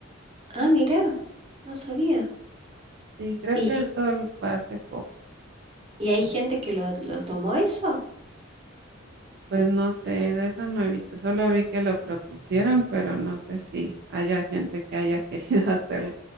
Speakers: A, on the right (about 30°); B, on the right (about 55°).
A: Ah, mira, no sabía.
B: Y creo
A: ¿Y,
B: que esto l- fue hace poco.
A: y hay gente que lo, lo tomó eso?
B: Pues no sé, de eso no he visto, solo vi que lo propusieron, pero no sé si haya gente que haya <laughs> querido hacerlo,